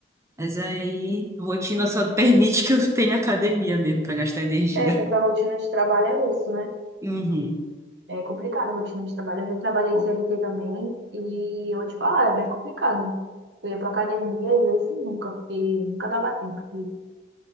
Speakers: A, on the right (about 15°); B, on the right (about 75°).
A: Mas aí, a rotina só <laughs> permite que eu tenha academia mesmo pra gastar energia.
B: É, que essa rotina de trabalho é osso, né?
A: Uhum.
B: É complicado a rotina de trabalho. Eu já trabalhei CLT também e eu vou te falar, é bem complicado. Eu ia pra academia e eu assim, nunca, porque nunca dava tempo. E-